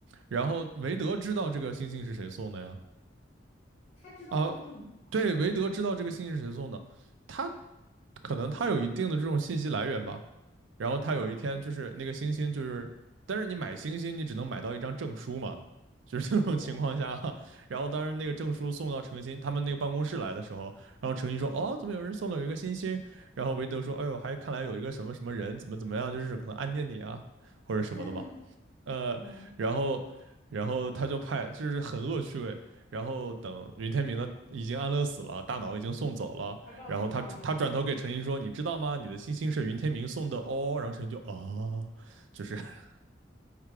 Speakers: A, on the right; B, on the left.
A: 然后韦德知道这个星星是谁送的呀？
B: 他知道吗？
A: 啊，
B: 他怎么知道
A: 对，韦德知道这个星星是谁送的，他可能他有一定的这种信息来源吧。然后他有一天就是那个星星，
B: 啊，
A: 就是但是你买星星，你只能买到一张证书嘛，就是这种情况下啊然后当时那个证书送到程鑫他们那个办公室来的时候，
B: 对啊，对啊，
A: 然后程鑫说：“哦，怎么有人送了有一个星星？”然后韦德说：“哎呦，还看来有一个什么什么人怎么怎么样，就是可能暗恋你啊，或者什么的吧。”
B: <laughs>
A: 呃，
B: 嗯，
A: 然后然后他就派，就是很恶趣味。然后等云天明的已经安乐死了，大脑已经送走了。
B: 他告诉他了，
A: 然后他他转头给陈琳说：“你知道吗？你的星星是云天明送的哦。”然后陈琳就啊，就是 <laughs>